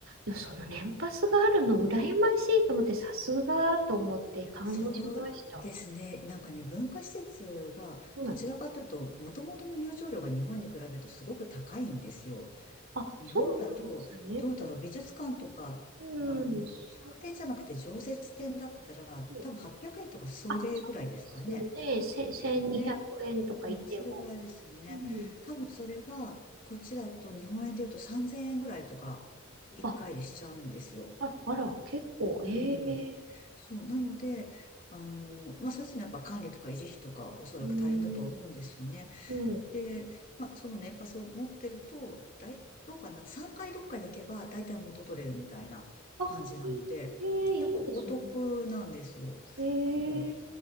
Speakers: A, on the right; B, on the left.
A: いやその年パスがあるの羨ましいと思って、さすがと思って感動しました。
B: そうですね。なんかね、文化施設が、
A: はい。
B: どちらかというと、もともとの入場料が日本に比べるとすごく高いんですよ。
A: あ、
B: 日本だと、
A: そうなんですね。
B: どうだろう、美術館とか、
A: うん、
B: あの、
A: す
B: 企画展じゃなくて常設展だったら、
A: ごい。
B: 多分800円とかそれぐらいですかね。
A: あ、そうですね。せ、1200円とか言っても。
B: きっとね。うん、それぐらいですよね。
A: うん。
B: 多分それが、こっちだと日本円で言うと3000円ぐらいとか、1回でしちゃうんですよ。
A: あ、あら、あら、結構、
B: うん。
A: ええ
B: そう。なので、あの、まあ、それぞれやっぱ管理とか維持費とか、おそらく大変だとは思うんですよね。
A: うん、うん。
B: で、まあ、その年パスを持ってると、だい、どうかな ?3 回どっかに行けば、だいたい元取れるみたいな感じなので、
A: あ、いい、ええいいですね。
B: やっぱお得なんですよ。
A: ええ
B: そう。